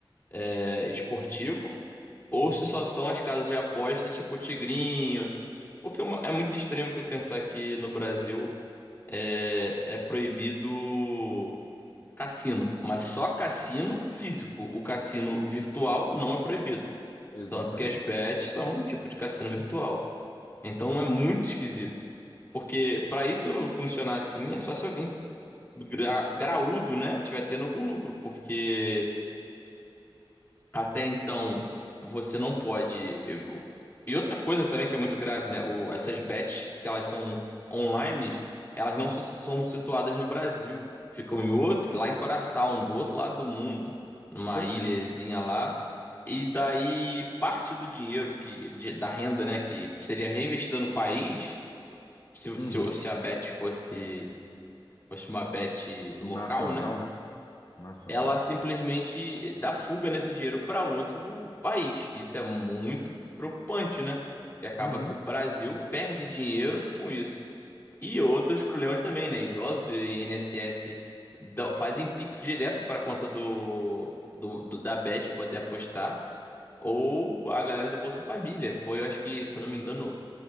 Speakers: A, on the left; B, on the left.
A: é, esportivo ou
B: Uhum.
A: se só são as casas de apostas tipo Tigrinho. Porque é uma- é muito estranho você pensar que no Brasil é, é proibido. Cassino, mas só cassino físico. O cassino virtual não é proibido.
B: Exatamente.
A: Tanto que as bets são um tipo de cassino virtual. Então é muito esquisito. Porque para isso funcionar assim, é só se alguém gra- graúdo, né, tiver tendo algum lucro. Porque até então, você não pode. eu- E outra coisa também que é muito grave, né? O, essas bets, que elas são online, elas não su- são situadas no Brasil. Ficam em outro, lá em Curaçao, do outro lado do mundo, numa
B: Perfeito.
A: ilhazinha lá. E daí, parte do dinheiro que, de- da renda, né, que seria reinvestida no país, se,
B: Uhum.
A: se, se a bet fosse, fosse uma bet local,
B: Nacional,
A: né?
B: né? Nacional.
A: ela simplesmente dá fuga nesse dinheiro para outro país. Isso é muito preocupante, né? Que acaba
B: Uhum.
A: que o Brasil perde dinheiro com isso. E outros problemas também, né? Idosos do INSS dão- fazem Pix direto para a conta do, do- do- da Bet poder apostar. Ou a galera do Bolsa Família. Foi, eu acho que, se eu não me engano,